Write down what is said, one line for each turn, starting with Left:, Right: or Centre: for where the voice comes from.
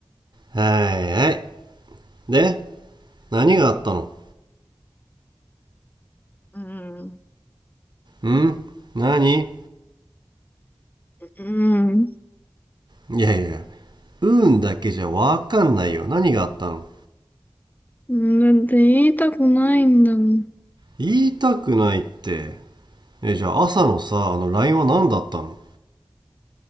Right: はいはいで何があったの
Left: うん。
Right: ん何
Left: うん。
Right: いやいやうん運だけじゃわかんないよ何があったの
Left: だって言いたくないんだもん。
Right: 言いたくないってえ、じゃあ朝のさ、あの LINE は何だったの